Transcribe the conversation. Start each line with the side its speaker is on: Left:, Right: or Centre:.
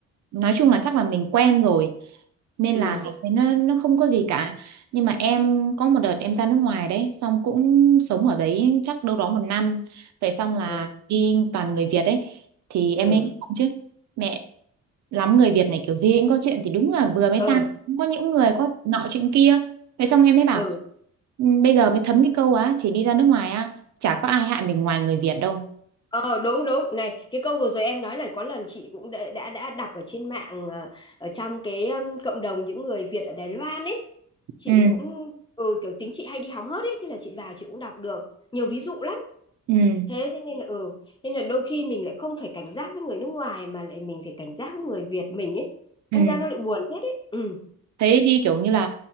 Right: nói chung là chắc là mình quen rồi nên
Left: ừ
Right: là mình thấy nó nó không có gì cả. Nhưng mà em có một đợt em ra nước ngoài đấy, xong cũng sống ở đấy chắc đâu đó một năm. Vậy xong là
Left: ừ
Right: đi toàn người Việt ấy thì em
Left: ừ
Right: ấy cũng không chứ. Mẹ lắm người Việt này kiểu gì cũng có chuyện thì đúng là vừa mới sang
Left: ừ
Right: cũng có những người có nọ chuyện kia. Vậy xong em
Left: <laughs>
Right: mới bảo
Left: ừ
Right: "Ừ, bây giờ mới thấm cái câu á chỉ đi ra nước ngoài á chả có ai hại mình ngoài người Việt đâu.
Left: ờ đúng đúng này cái câu vừa rồi em nói là có lần chị cũng đã đã, đã đọc ở trên mạng ờ, ở trong cái um, cộng đồng những người Việt ở Đài Loan ấy chị
Right: Ừ.
Left: cũng ừ, kiểu tính chị hay đi hóng hớt ấy thế là chị vào chị cũng đọc được nhiều ví dụ lắm
Right: Ừ.
Left: thế thế nên là ừ nên là đôi khi mình lại không phải cảnh giác với người nước ngoài mà lại mình phải cảnh giác với người Việt mình ấy
Right: Ừ.
Left: đâm ra nó lại buồn hết ấy ừ
Right: Thế đi kiểu như là